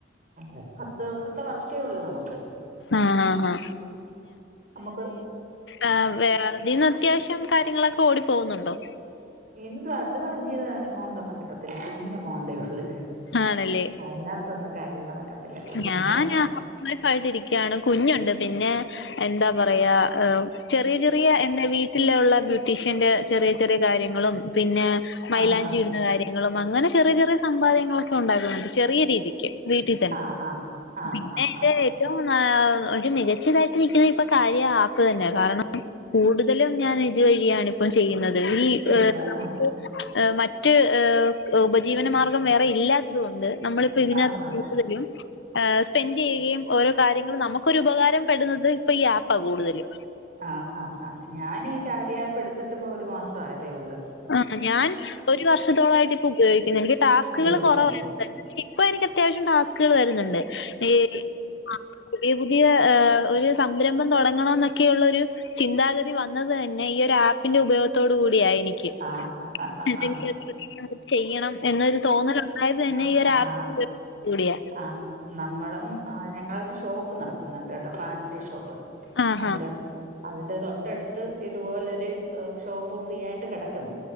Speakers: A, on the right; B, on the left.
A: ഒരു ദിവസത്തെ വർക്കേ ഉള്ളൂ നമുക്ക്
B: ആഹ് ആഹ്
A: നമ്മുക്ക്
B: ആ വേതിന്ന് അത്യാവശ്യം കാര്യങ്ങളൊക്കെ ഓടിപ്പോകുന്നുണ്ടോ
A: എന്തു അത് വലിയ എമൗണ്ട് ഒന്നും കിട്ടത്തില്ല കുഞ്ഞ് അമൗണ്ടേ ഉള്ളു
B: ആണല്ലേ
A: അതിന ന്നും കാര്യം നടക്കത്തില്ല പിന്നെ
B: ഞാൻ ഹൗസ് വൈഫ് ആയിട്ട് ഇരിക്കുകയാണ് കുഞ്ഞുണ്ട് പിന്നെ എന്താ പറയാ ഹ് ചെറിയ ചെറിയ എന്റെ വീട്ടിലുള്ള ബ്യൂട്ടീഷ്യന്റെ ചെറിയ ചെറിയ കാര്യങ്ങളും പിന്നെ മൈലാഞ്ചി
A: ആഹ് ആഹ്
B: ഇടുന്ന കാര്യങ്ങളും അങ്ങനെ ചെറിയ ചെറിയ സമ്പാദ്യങ്ങളൊക്കെ ഉണ്ടാക്കുന്നുണ്ട് ചെറിയ രീതിക്ക് വീട്ടി
A: ആഹ് ആഹ്
B: പിന്നെ
A: ആഹ് ആഹ്
B: എൻ്റെ <unintelligible> ഒരു മികച്ചതാട്ട് നിക്ക്ന്ന ഇപ്പം കാര്യാ ആപ്പ് തന്നെ കാരണം കൂടുതലും ഞാൻ ഇത് വഴിയാണ് ഇപ്പം ചെയ്യുന്നത് ഈ
A: ചെയ്യുന്ന ആഹ്
B: ഹ് മറ്റ് ഏഹ് ഉപജീവനമാർ ഗം വേറെ ഇല്ലാത്തത് കൊണ്ട് നമ്മളിപ്പോ ഇതിനകത്ത്
A: ആഹ് ആഹ്
B: കൂടുതലും. ഏഹ് സ്പെൻ്റയ്യ്യ്യുകയും ഓരോ കാര്യങ്ങള് നമ്മക്കൊരു ഉപകാരം പെടുന്നത് ഇപ്പ ഈ ആപ്പാ കൂടുതല്.
A: ആഹ് ആഹ് ആഹ് ഞാന് കാര്യാ പ്പ്ട്ത്ത്ട്ട് പ്പോ ഒരു മാസം ആയതേ ഒള്ള്.
B: ആഹ് ഞാൻ ഒരു വർഷത്തോളം ആയിട്ട് ഇപ്പൊ ഉപയോഗിക്ക്ന്ന് ൻക്ക് ടാസ്ക്ക്കൾ
A: ഉപയോഗിക്കുന്നുണ്ട്
B: കൊറവ. ഇപ്പ എനിക്ക് അത്യാവശ്യം ടാസ്കള് വരുന്ന്ണ്ട് ഈ ആഹ് പുതിയ പുതിയ ഏഹ് ഒരു സംരംഭം തൊടങ്ങണോന്നൊക്കെയള്ള ഒരു ചിന്താഗതി വന്നത് തന്നെ ഈ ഒര് ആപ്പ്ൻ്റെ ഉപയോഗത്തോട് കൂടിയ എനിക്ക്.
A: ആഹ്
B: <unintelligible>
A: ആഹ് ആഹ്
B: ചെയ്യണം എന്നൊരു തോന്നല് ണ്ടായതന്നെ
A: ആഹ്
B: ഈ ഒര് ആപ്പ്
A: ആഹ്
B: <unintelligible> കൂടിയ.
A: ആ നമ്മളും ആ ഞങ്ങളൊരു ഷോപ്പ് നടത്തുന്നുണ്ട്ട്ടോ ഫാൻസി ഷോപ്പ്
B: ആഹ്
A: അന്നേരം അതിന്റെ തൊട്ട അടുത്ത് ഇതുപോലെരു ആഹ് ഷോപ്പ് ഫ്രീ ആയിട്ട് കെടക്കുന്ന്